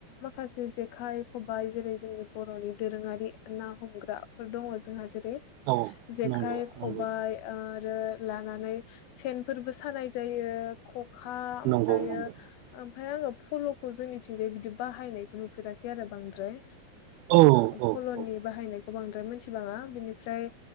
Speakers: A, on the left; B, on the right.
A: माखासे जेखाय खबाइ जेरै जोंनि बर'नि दोरोङारि ना हमग्राफोर दङ जोंहा जेरै
B: औ
A: जेखाय
B: नंगौ
A: खबाइ
B: नंगौ
A: ओ। आरो लानानै सेनफोरबो सानाय जायो। खा ओमफ्रायो
B: नंगौ नंगौ
A: ओमफ्राय आङो फल'खौ जोंनिथि जाय बिदि बाहायनायखौ नुफेराखै आरो बांद्राय
B: औ
A: ओ
B: औ
A: फल'नि
B: औ
A: बाहायनाय बांद्राय मोनथिबाङा बिनिफ्राय